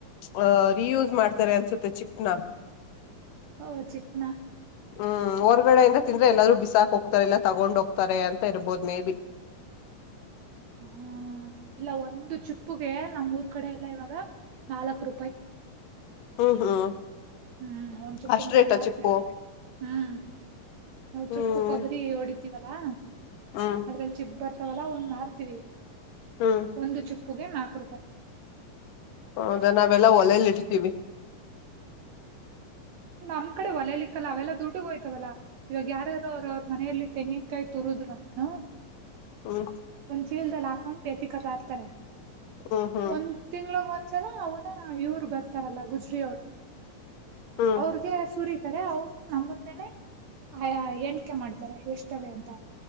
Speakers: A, on the left; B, on the right.
A: ಅ ರಿಯೂಸ್ ಮಾಡ್ತಾರೆ ಅನ್ಸುತ್ತೆ ಚಿಪ್ನ
B: ಓ ಚಿಪ್ನ
A: ಹ್ಮ್ ಹೊರ್ಗಡೆಇಂದ ತಿಂದ್ರ ಎಲ್ಲರೂ ಬಿಸಾಕ್ ಹೋಗ್ತಾರೆ ಇಲ್ಲ ತಗೊಂಡ್ ಹೋಗ್ತಾರೆ ಅಂತ ಇರ್ಬೋದು ಮೇ ಬಿ
B: ಹ್ಮ್ ಇಲ್ಲ ಒಂದು ಚಿಪ್ಪುಗೆ ನಮ್ಮ್ರ್ ಕಡೆ ಎಲ್ಲ ಇವಾಗ ನಾಲ್ಕ್ ರೂಪಾಯಿ
A: ಹ್ಮ್ ಹ್ಮ್
B: ಹ್ಮ್ ಅವನ್ ಚುಪ್ಪಂಗ
A: ಅಷ್ಟ್
B: ನಾವ್
A: ರೇಟ
B: ಮಾರ್ತೇವಿ
A: ಚಿಪ್ಪು
B: ಹ್ಮ್ ನಾವು
A: ಹ್ಮ್
B: ಚುಪ್ಪು ಕೊಬ್ಬರಿ ಓಡಿತೀವಲ್ಲಾ
A: ಹ್ಮ್
B: ಅದ್ರಲ್ಲಿ ಚಿಪ್ಪ ಬರ್ ಹತವಲ್ಲ ಒಂದ್ ಮಾರ್ತೀವಿ
A: ಹ್ಮ್
B: ಒಂದು ಚಿಪ್ಪುಗೆ ನಾಕು ರೂಪಾಯಿ
A: ಹೌದಾ ನಾವೆಲ್ಲಾ ಒಲಲಿ ಇಡ್ತೀವಿ
B: ನಮ್ ಕಡೆ ಒಲಲಿಕ್ಕಲ್ಲ ಅವೆಲ್ಲ ದುಡ್ಡುಗ ಹೋಯ್ತವಲ್ಲಾ ಇವಾಗ ಯಾರ್ಯಾರೋ ಅವ್ರರು ಅವ್ರ ಮನೆಯಲ್ಲಿ ತೆಂಗಿನಕಾಯ್ ತುರುದರು ನಾನ
A: ಹ್ಮ
B: ಕೀಲ್ದಲ್ಲಿ ಹಾಕೊಂಡು ವ್ಯತಿಕತ ಇರ್ತಾರೆ
A: ಹ್ಮ್ ಹ್ಮ್
B: ಒಂದ್ ತಿಂಳಗ್ ಒಂದ ಚಲ ಅವನ ಇವ್ರು ಬರ್ತಾರಲ್ಲ ಗುಜ್ರ ಅವರು
A: ಹ್ಮ್
B: ಅವ್ರಗೆ ಸುರಿ ಅವರು ನಮ್ಮ ಮುಂದೆನೆ ಆ ಎಣಕೆ ಮಾಡ್ತಾರೆ ಎಷ್ಟು ಅಂತ